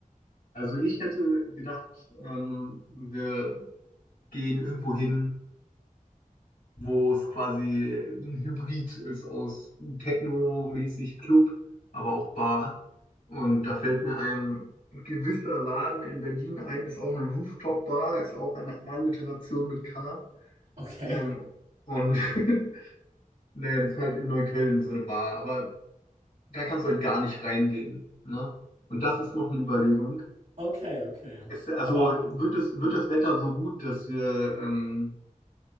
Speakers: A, on the left; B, on the right.
A: Also ich hätte gedacht, ähm, wir gehen irgendwo hin, wo es quasi ein Hybrid ist aus Techno-mäßig Club, aber auch Bar. Und da fällt mir ein gewisser Laden in Berlin ein, ist auch eine Rooftop-Bar, ist auch eine Alliteration mit K.
B: Okay,
A: Ähm, und <laughs> naja, das ist halt in Neukölln so eine Bar, aber da kannst du halt gar nicht reingehen. Ne? Und das ist noch eine Überlegung.
B: <laughs> okay, okay.
A: Es, also
B: Aber
A: wird das, wird das Wetter so gut, dass wir ähm,